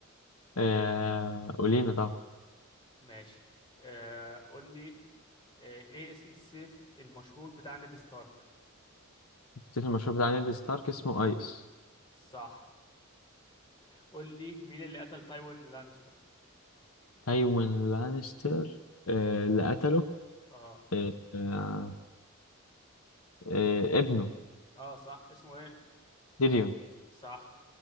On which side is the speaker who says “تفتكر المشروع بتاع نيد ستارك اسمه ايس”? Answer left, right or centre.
Left